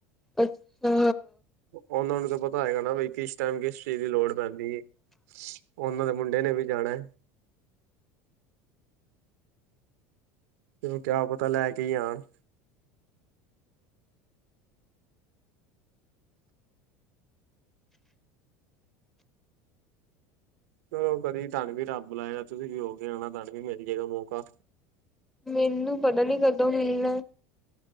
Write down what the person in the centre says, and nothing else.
ਅੱਛਾ
ਮੈਨੂੰ ਪਤਾ ਨੀ ਕਦੋਂ ਹਣ